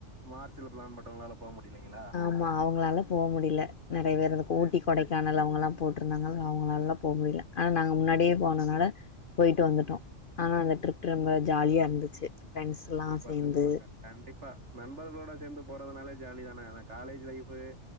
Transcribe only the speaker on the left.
ஆமா அவுங்களால போ முடியல நெறைய பேரு அதுக்கு
ஊட்டி கொடைக்கானல்
அவுங்களாம் போட்ருந்தாங்க அவுங்கனால போ முடில ஆனா நாங்க முன்னாடியே போனனால போய்ட்டு வந்துட்டோ ஆனா அந்த ட்ரிப் ரொம்ப ஜாலியா இருந்துச்சு ஃப்ரெண்ட்ஸ்ல்லா
சேந்து